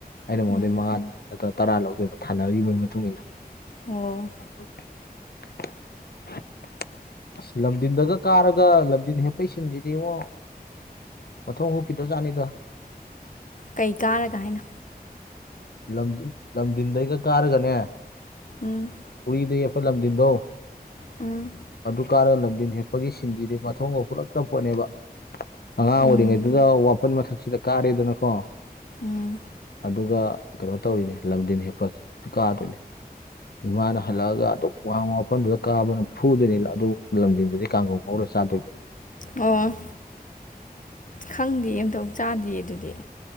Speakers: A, on the left (about 75°); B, on the left (about 55°).
A: ꯑꯩꯅ ꯃꯉꯣꯟꯗꯩ
B: ꯎꯝ
A: ꯃꯉꯥ ꯅꯠꯇ꯭ꯔ ꯇꯔꯥ ꯂꯧꯗꯣꯏꯕ ꯊꯥꯅꯔꯤꯕꯒꯤ ꯃꯇꯨꯡ ꯏꯟꯅ
B: ꯑꯣ
A: ꯎ ꯑꯁ ꯂꯝꯗꯤꯟꯗꯒ ꯀꯥꯔꯒ ꯂꯝꯗꯤꯟ ꯍꯦꯛꯄꯩ ꯁꯤꯟꯁꯤꯗꯤ ꯏꯉꯣ ꯃꯊꯣꯡ ꯍꯨꯛꯀꯤꯈꯤ꯭ꯔ ꯖꯠꯅꯤꯗ
B: ꯀꯩ ꯀꯥꯔꯒ ꯍꯥꯏꯅ
A: ꯂꯝ ꯂꯝꯗꯤꯟꯗꯩꯒ ꯀꯥꯔꯒꯅꯦ
B: ꯎꯝ
A: ꯎꯔꯤꯗꯩ ꯌꯥꯐꯠ ꯂꯝꯖꯤꯟꯗꯣ
B: ꯎꯝ
A: ꯑꯗꯨ ꯀꯥꯔꯒ ꯂꯝꯗꯤꯟ ꯍꯦꯞꯄꯒꯤ ꯁꯤꯟꯁꯤꯗꯤ ꯃꯊꯣꯡꯒ ꯄꯨꯂꯞꯛꯇ ꯄꯣꯠꯅꯦꯕ ꯑꯉꯥꯡ ꯑꯣꯏꯔꯤꯉꯩꯗꯨꯗ
B: ꯎꯝ
A: ꯋꯥꯄꯟ ꯃꯊꯛꯁꯤꯗ ꯀꯥꯔꯦꯗꯅꯀꯣ
B: ꯎꯝ
A: ꯑꯗꯨꯒ ꯀꯩꯅꯣ ꯇꯧꯔꯤꯅꯦ ꯂꯝꯗꯤꯟ ꯍꯦꯛꯄ ꯀꯥꯗꯣꯏꯅꯦ ꯏꯃꯥꯅ ꯍꯜꯂꯛꯑꯒ ꯑꯗꯨ ꯋꯥꯡꯕ ꯃꯐꯝꯗꯨꯗ ꯀꯥꯕꯅ ꯐꯨꯗꯣꯏꯅꯤ ꯑꯗꯨ ꯂꯝꯖꯤꯡꯗꯨꯗꯤ ꯀꯥꯡꯒꯧ ꯉꯧꯔ ꯆꯥꯗꯣꯏ
B: ꯑꯣ ꯈꯪꯗꯦ ꯑꯝꯇꯧ ꯆꯥꯗꯦ ꯑꯗꯨꯗꯤ